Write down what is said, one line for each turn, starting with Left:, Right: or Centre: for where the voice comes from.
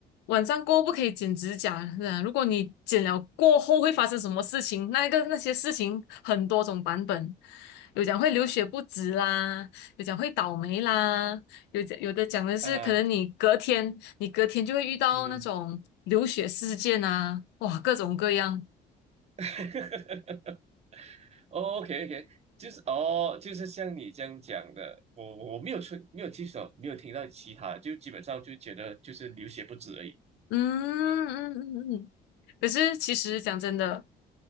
Left: 晚上过后不可以剪指甲，是啊如果你剪了过后会发生什么事情，那个那些事情很多种版本，有讲会流血不止啦，有讲会倒霉啦，有讲有的讲的是可能你隔天你隔天就会遇到那种流血事件啊，
Right: 啊，嗯
Left: 哇，各种各样。
Right: <laughs>，OK OK，就是哦，就是像你这样讲的，我我我没有出没有记手，没有听到其他的，就基本上就觉得就是流血不止而已。
Left: 嗯嗯嗯嗯。可是其实讲真的，